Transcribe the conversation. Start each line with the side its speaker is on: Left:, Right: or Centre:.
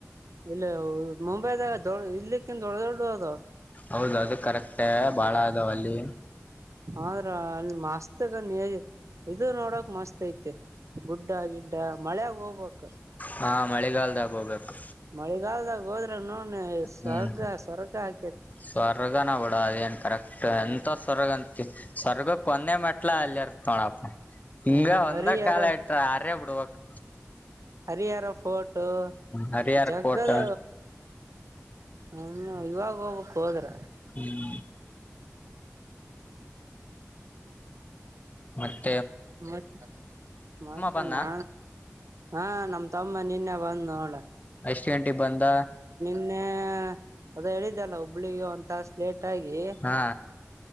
Right: ಇಲ್ಲ ಮುಂಬೈದಾಗ ದೊಡ್ಡ ಇಲ್ಲಿಕ್ಕಿಂತ ದೊಡ್ಡ ದೊಡ್ಡ ಅದು
Left: ಹೌದ ಅದು ಕರೆಕ್ಟ್ ಭಾಳ ಅದಾವ ಅಲ್ಲಿ
Right: ಆದ್ರ ಅಲ್ಲಿ ಮಸ್ತ್ಗನ್ ಇದು ನೋಡಕ್ ಮಸ್ತ್ ಐತಿ ಗುಡ್ ಆಗ ಮ ಮಳೆಗ ಹೋಗ್ಬೇಕಕ್
Left: ಹಾ ಮಳೆಗಾಲದಾಗ ಹೋಗ್ಬೇಕು
Right: ಮಳಿಗಾಲಲ್ದಾಗ ಹೋದ್ರೆ ನೋಡ ಸ್ವರ್ಗ
Left: ಹ್ಮ್
Right: ಸ್ವರ್ಗ ಹಾಕೇತಿ
Left: ಸ್ವರ್ಗನ ಬಿಡ ಅದೇನ್ ಎಂತ ಸವರ್ಗಂತ ಸವರ್ಗಕ್ ಕೊಂದೆ ಮಟ್ಲ ಅಲ್ಲಿರ್ತ ನೋಡಪ್ಪ ಹಿಂಗ
Right: ಹ
Left: ಒಂದ
Right: ಹರಿಹರ
Left: ಕಾಲ ಇಟ್ರ ಆರ್ಯ ಬಿಡ್ಬಕ್
Right: ಹರಿಹರ ಫೋಟು
Left: ಹರಿಹರ್
Right: ಜಗ್ಗದ
Left: ಕೋಟ
Right: ಹ ಇವಾಗ ಹೋಗ್ಕ್ು ಹೋದ್ರ
Left: ಹ್ಮ್, ಮತ್ತ
Right: ಮ ಮತ್ತೆ
Left: ಬಂದ
Right: ನಾ ಹಾ ನಮ್ ತಮ್ ಮ್ಮ ನಿನ್ನೆ ಬಂದ್ನೋಡ
Left: ಎಷ್ಟ ಗಂಟೆಗೆ ಬಂದ
Right: ನ್ನೆ ಅದ ಹೇಳಿದಲ್ಲ ಹುಬ್ಬಳಿಗ ಒಂತಾಸ್ಲೇಟ್ ಟಾಗಿ
Left: ಹಾ